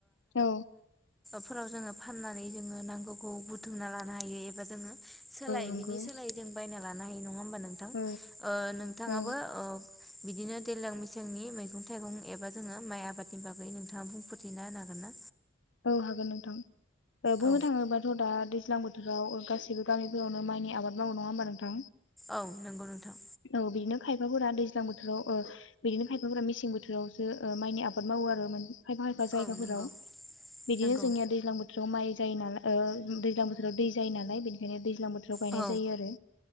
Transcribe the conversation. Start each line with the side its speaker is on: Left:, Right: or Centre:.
Left: औ
Centre: फोराव जोंङो फाननानै जोंङो नांगौखौ बुथुमना लानो हायो एबा जोंङो सोलाय
Left: नंगौ
Centre: बिनि सोलाय जों बायना लानो नंङा होमबा नोंथां
Left: औ
Centre: नोंथाङाबो
Left: औ
Centre: बिदिनो दैज्लां मेसेंनि मैगं थाइगं एबा जोङो माइ आबादनि बागै नोंथाङा बुंफोर ना होनो हागोन ना?
Left: औ हागोन नोंथां बुंनो
Centre: औ
Left: थाङोबाथ' दा दैज्लां बोथोर फोथोराव गासैबो गामिफोरावनो माइनि आबाद मावो नङा होमबा नोंथां
Centre: औ नंगौ नोंथां
Left: औ बिदिनो खायफाफोरा दैज्लां बोथोराव बिदिनो खायफाफोरा मेसें बोथोरावसो माइनि आबाद मावो आरो खायफा खायफा जायगाफोराव
Centre: औ नंगौ
Left: बिदिनो
Centre: नंगौ
Left: जोंनिया दैज्लां बोथोर बोथोराव माइ जायो नाल ओ दैज्लां बोथोराव दै जायो नालाय बेनिखायनो दैज्लां बोथो राव गायनाय
Centre: औ
Left: जायो आरो